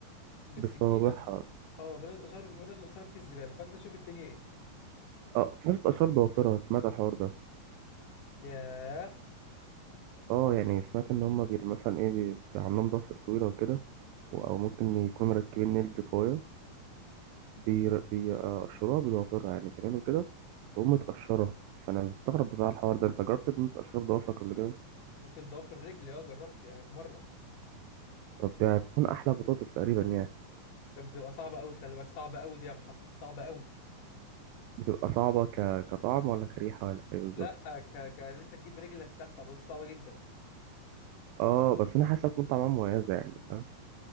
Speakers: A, on the left; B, on the right.
A: بالسكينه
B: بصوابعها
A: اه في ناس بتقشرها بس- وفي ناس بتقشرها بكيس زباله فانت شوف الدنيا ايه
B: اه في ناس بتبقى شرب ضوافرها سمعت الحوار ده
A: ياه
B: اه يعني سمعت ان هما بي مثلا ايه بي بي عندهم ضوافر طويله وكده و- او ممكن يكونوا مركبين نيلز قويه بير- بيقشروها بضوافرها يعني كمان وكده بتقوم متقشرة فأنا مستغرب بصراحة الحوار ده أنت جربت إن أنت تقشرها بضوافرك قبل كده؟
A: ممكن ضعف الرجل اه جربت يعني في مره
B: طب ده هتكون أحلى بطاطس تقريبا يعني
A: كانت بتبقى صعبة قوي خلي بالك صعبة قوي دي يا محمد صعبة قوي
B: بتبقى صعبة ك... كطعم ولا كريحة ولا إيه بالظبط؟
A: لا ك ك ان انت تجيب رجلك تحت عملية صعبة جدا
B: آه بس أنا حاسة تكون طعمها مميزة يعني فاهم؟